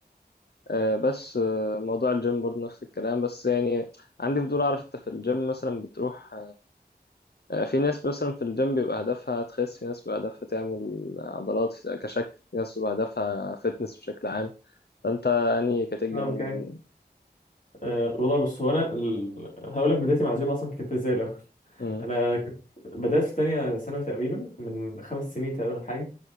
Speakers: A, on the left (about 70°); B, on the left (about 50°).
A: آه، بس آه، موضوع الجيم برضه نفس الكلام بس يعني عندي فضول اعرف انت في الجيم مثلا بتروح آه، في ناس مثلا في الجيم بيبقى هدفها تخس في ناس بيبقى هدفها تعمل عضلات في- كشكل في ناس بيبقى هدفها فتنس بشكل عام فانت انهي كاتيجوري
B: اه اوكي
A: منهم
B: أه والله بص هو انا ال... هقول لك بدايتي مع الجيم اصلا كانت ازاي الاول <laughs>
A: مم،
B: انا كنت بدات في تانية ثانوي تقريبا من خمس سنين تقريبا أو حاجه